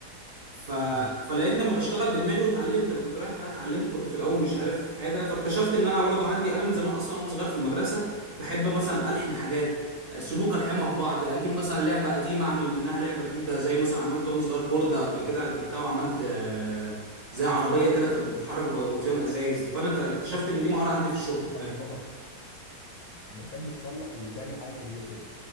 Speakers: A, on the right; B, on the left.
A: ف...
B: أمم.
A: فلقيت لما بشتغل بدماغي واتعلمت انا كنت رايح بقى اتعلمت كنت في الاول مش عارف حاجه فاكتشفت ان انا برضو عندي انا من زمان اصلا وانا صغير في المدرسه بحب مثلا الحم حاجات سلوك الحمها ببعض اجيب مثلا لعبه قديمه اعمل منها لعبه جديده زي مثلا عملت وانا صغير بورده قبل كده جبتها وعملت آه، زي عربيه كده كانت بتتحرك بغطيان ازايز فانا ك- اكتشفت ان دي مهاره عندي في الشغل
B: الله بتحب تصلح وتعمل حاجه كرييتيف